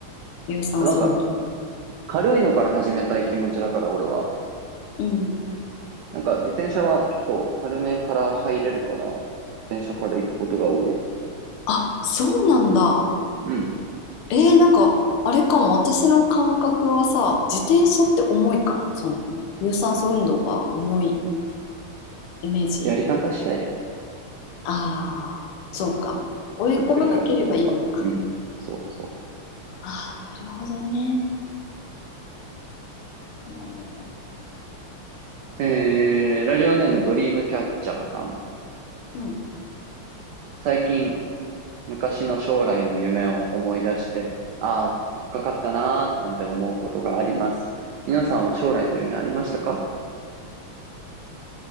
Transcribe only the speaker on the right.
なんか、軽いのから始めたい気持ちだから、俺は。
なんか、自転車は結構軽めから入れるから、自転車から行くことが多い。
うん。
やり方次第だよ。
ゆっくりから始めれば。うん。そうそ
う。えー、ラジオネームドリームキャッチャーさん。
最近、昔の将来の夢を思い出して、ああ、若かったなーなんて思うことがあります。皆さんは将来の夢ありましたか